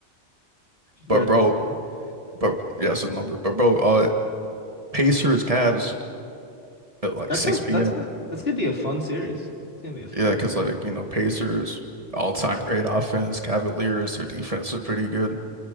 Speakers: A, on the left; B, on the right.
A: That's
B: But bro,
A: his number.
B: but yeah, it's a number. But bro, uh, Pacers, Cavs at like
A: That's
B: 6
A: a that's
B: p.m.
A: gonna that's gonna be a fun series. It's gonna be a fun
B: Yeah, because like, you know, Pacers, all-time great offense. Cavaliers, their defense is pretty good.